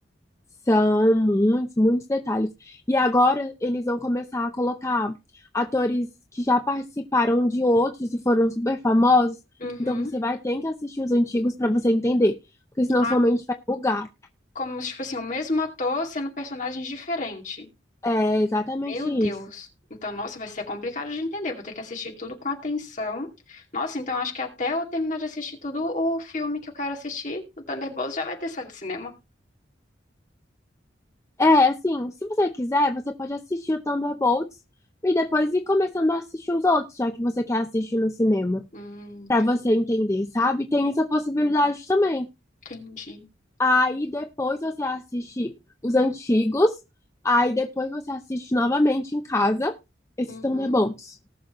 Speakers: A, on the left; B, on the left.
A: São muitos, muitos detalhes. E agora eles vão começar a colocar atores que já participaram de outros e foram super famosos.
B: Uhum.
A: Então você vai ter que assistir os antigos para você entender, porque senão
B: Ah,
A: sua mente vai bugar.
B: como, tipo assim, o mesmo ator sendo personagens diferentes.
A: É exatamente
B: Meu Deus.
A: isso.
B: Então, nossa, vai ser complicado de entender. Vou ter que assistir tudo com atenção. Nossa, então acho que até eu terminar de assistir tudo o filme que eu quero assistir, o Thunderbolts, já vai ter saído do cinema.
A: É, assim, se você quiser, você pode assistir o Thunderbolts e depois ir começando a assistir os outros, já que você quer assistir no cinema,
B: Hum, ente-
A: Pra você entender, sabe? Tem essa possibilidade também.
B: entendi.
A: Aí depois você assiste os antigos, aí depois você assiste novamente em casa esse
B: Uhum.
A: Thunderbolts.